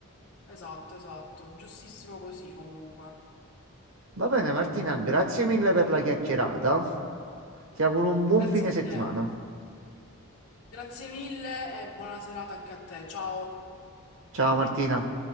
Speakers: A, on the left; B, on the right.
A: Esatto, esatto. Giustissimo così comunque.
B: Va bene, Martina, grazie mille per la chiacchierata. Ti auguro un buon
A: Grazie
B: fine settimana.
A: a te, grazie mille e buona serata anche a te, ciao.
B: Ciao Martina.